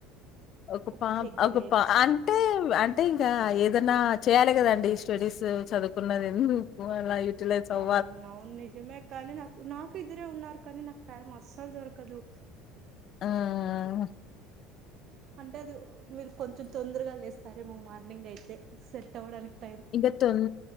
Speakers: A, on the left; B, on the right.
A: ఒక
B: ఓకే
A: పా
B: గ్రేట్
A: ఒక పా అంటే అంటే ఇంకా ఏదన్నా చేయాలి కదండి స్టడీస్ చదువుకున్నది ఎందుకు అ యూటిలైజ్ అవ్
B: అవునవును నిజమే కానీ నాకు నాకు ఇద్దరే ఉన్నారు కానీ నాకు టైం అస్సలు దొరకదు
A: ఆ
B: అంటే అది మీరు కొంచెం తొందరగా లేస్తారేమో మార్నింగ్ అయితే సెట్ అవ్వడానికి టైం
A: ఇంక తొన్